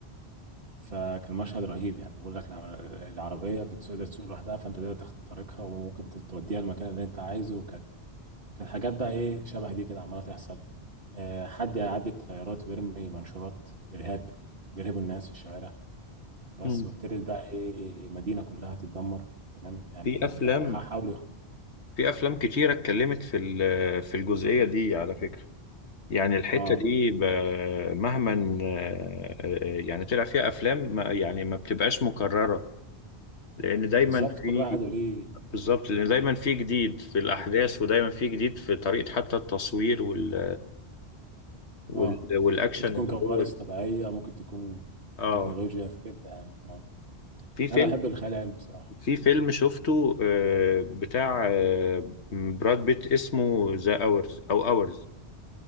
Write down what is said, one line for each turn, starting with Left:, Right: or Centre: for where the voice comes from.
Right: فكان مشهد رهيب يعني بقول لك الع- العربية بتقدر تسوق لوحدها فانت تقدر تخترقها وممكن توديها المكان اللي انت عايزه وكانت كانت حاجات بقى ايه شبه دي كده عمالة تحصل آه، حد يعدي بطيارات ويرمي منشورات إرهاب بيرهبوا الناس في الشوارع بس
Left: مم.
Right: وابتدت بقى ايه المدينة كلها تتدمر تمام يعني
Left: في افلام
Right: ح- حاولوا يخ-
Left: في افلام كتيرة اتكلمت في ال- في الجزئية دي على فكرة يعني الحتة
Right: اه
Left: دي ب- مهما آه، آه، يعني طلع فيها افلام ما يعني ما بتبقاش مكررة لان دايما
Right: بالظبط كل
Left: في
Right: واحد وليه
Left: بالظبط لان دايما في جديد في الاحداث
Right: طريقته
Left: ودايما في جديد في طريقه حتى التصوير وال وال
Right: اه
Left: والاكشن
Right: ممكن تكون
Left: اللي
Right: كوارث
Left: هو
Right: طبيعية ممكن تكون
Left: اه
Right: تكنولوجيا في كده يعني اه
Left: في فيلم
Right: انا بحب الخيال العلمي بصراحة
Left: في فيلم شفته آه، بتاع آه، براد بيت اسمه ذا اورز او اورز